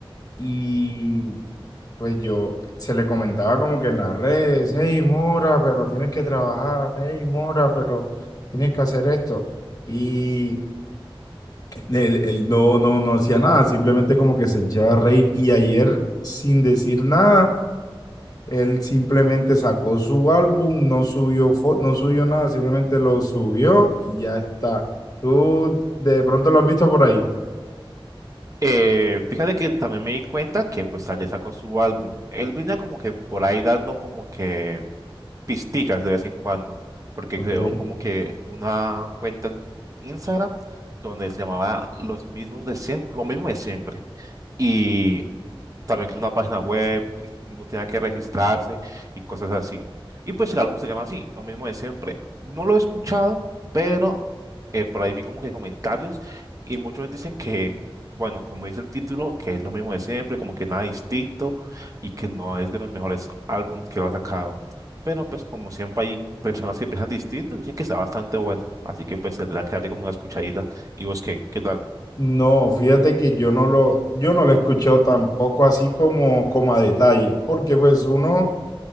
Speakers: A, on the left (about 45°); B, on the right (about 35°).
A: y pues yo se le comentaba como que en las redes, hey Mora, pero tienes que trabajar, hey Mora, pero tienes que hacer esto. Y él, él no, no, no hacía nada, simplemente como que se echaba a reír. Y ayer, sin decir nada, él simplemente sacó su álbum, no subió, fo- no subió nada, simplemente lo subió y ya está. Tú de pronto lo has visto por ahí,
B: Eh, fíjate que también me di cuenta que pues ayer sacó su álbum. Él venía como que por ahí dando como que pisticas de vez en cuando, porque
A: ¿ok?
B: creó como que una cuenta en Instagram donde se llamaba Los mismos de siempre, lo mismo de siempre. Y también que es una página web y uno tenía que registrarse y cosas así. Y pues el álbum se llama así, lo mismo de siempre. No lo he escuchado, pero eh, por ahí vi como que comentarios y muchos dicen que, bueno, como dice el título, que es lo mismo de siempre, como que nada distinto y que no es de los mejores álbumes que lo ha sacado. Pero pues como siempre hay personas que piensan distinto, dicen que está bastante bueno, así que pues tendrá que darle como una escuchadita. ¿Y vos qué? ¿Qué tal?
A: No, fíjate que yo no lo, yo no lo he escuchado tampoco así como, como a detalle, porque pues uno,